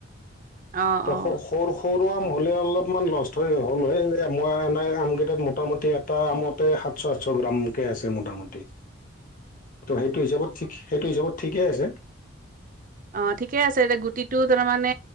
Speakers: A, on the right; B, on the left.
A: অ
B: ত
A: অ
B: সৰু - সৰু আম হ'লে অলপমান নষ্ট ত, হ'ল এই আমই এনোই আমকেইটাত মোটামুটি এটা আমতে সাতশ সাতশ গ্ৰামকৈ আছে মোঠাম মুতে
A: <inaudible>
B: ত, সেইটো হিচাপতিক - সেইটো হিচাপত ঠিকেই আছে।
A: অ, ঠিকে আছে এতিয়া গুটিটো তাৰমানে